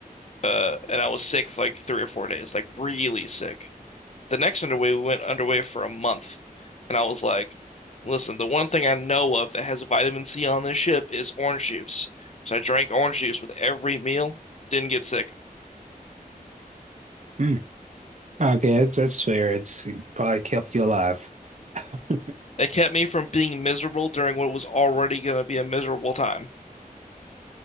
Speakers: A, on the left; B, on the right.
A: Uh, and I was sick for like three or four days, like really sick. The next underway, we went underway for a month, and I was like, "Listen, the one thing I know of that has vitamin C on this ship is orange juice." So I drank orange juice with every meal. Didn't get sick.
B: Mm. Okay, that's that's fair. It's it probably kept you alive. <laughs>
A: It kept me from being miserable during what was already going to be a miserable time.